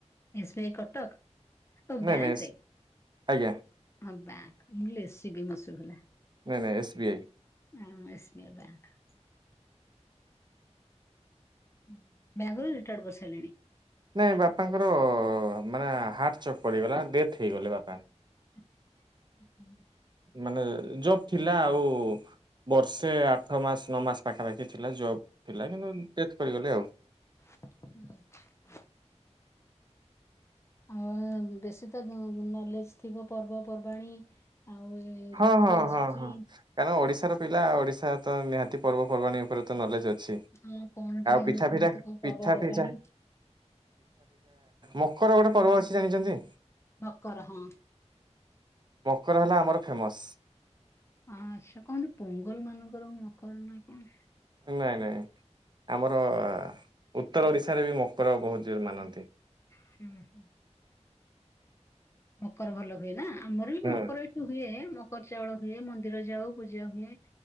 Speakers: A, on the left; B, on the right.
A: S B I Cuttack. ଓ
B: ନାଇଁ
A: ବ୍ୟାଙ୍କ
B: ନାଇଁ ଏସ୍-
A: ରେ?
B: ଆଜ୍ଞା।
A: ହଁ ବ୍ୟାଙ୍କ୍ ମୁଁ ହିଲି ଏ ସି ବି ମ ଶୁଭିଲା।
B: ନହିଁ ନାଇଁ ଏସ୍ ବି ଆଇ।
A: ନାଇଁ ଏସ୍ମି ବ୍ୟାକ୍। ବ୍ୟାଙ୍କ ରୁ ରିଟାଡ କରିସାରିଲେଣି।
B: ନାଇଁ ବାପାଙ୍କର ମାନେ ହାର୍ଟ ଚକ୍ ପଡିଗଲା ଡେଥ୍ ହେଇଗଲେ ବାପା।
A: <unintelligible>
B: ମାନେ ଜବ ଥିଲା ଆଉ ବର୍ଷେ ଆଠ ମାସ, ନଅ ମାସ ପାଖାପାଖି ଥିଲା ଜବ ଥିଲା, କିନ୍ତୁ ଡେଥ୍ କରିଗଲେ ଆଉ।
A: ହୁଁ। ଆଉ ବେଶୀ ତ ନଲେଜେହ ଥିବ ପର୍ବପର୍ବାଣି ଆଉ ଏ
B: ହଁ
A: ଋତୁ
B: ହଁ
A: ଆସିଚି।
B: ହଁ ହଁ। କାରଣ ଓଡିଶାର ପିଲା ଓଡିଶା ତ ନିହାତି ପର୍ବପର୍ବାଣୀ ଉପରେ ନଲେଜ ଅଛି
A: ହଁ କଣ ଟିକେ
B: ଆଉ
A: ହେଲେ
B: ପିଠା
A: କୁହନ୍ତୁ
B: ଦିଟା
A: କଣ ପର୍ବପର୍ବାଣୀ?
B: ପିଠା ଦିଟା। ମକର ଗୋଟେ ପର୍ବ ଅଛି ଜାଣିଛନ୍ତି?
A: ମକର ହଁ।
B: ମକର ହେଲା ଆମର ଫେମସ୍।
A: ଆଚ୍ଛା କହନ୍ତି ପୋଙ୍ଗଲ ମାନଙ୍କର ମକର ନା କଣ?
B: ନାଇଁ ନାଇଁ ଆମର ଉତ୍ତର ଓଡିଶାରେ ବି ମକର ବହୁତ ଜୋର ମାନନ୍ତି।
A: ହୁଁ ହୁଁ। ମକର ଭଲ ହୁଏନା ଆମରବି
B: ହୁଁ।
A: ମକର ଏଠି ହୁଏ ମକର ଚାଉଳ ହୁଏ ମନ୍ଦିର ଯାଉ ପୂଜାହୁଏ।